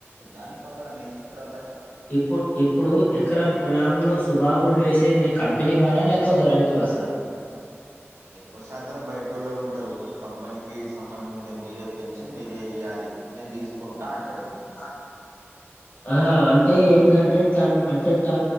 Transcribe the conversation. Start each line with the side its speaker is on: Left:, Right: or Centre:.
Right: దాని ప్రకారం వేసిన తర్వాతక్క.
Left: ఇప్పుడ్ ఇప్పుడు ఎకరం పొలాంలో సుబాబులు వేసేది కంపెనీ వారా లేకపోతే రైతులసార్.
Right: ఎక్కువ శాతం బయటోల్లే ఉంటారు కంపెనీకి సంబంధం ఉండే మీరే పెంచి మీరే ఇయాలి. నేను తీసుకుంటా అంటడు.
Left: ఆ ఆహా అంటే
Right: కంపెనీ
Left: ఏంటిదంటే టన్. అంటే ట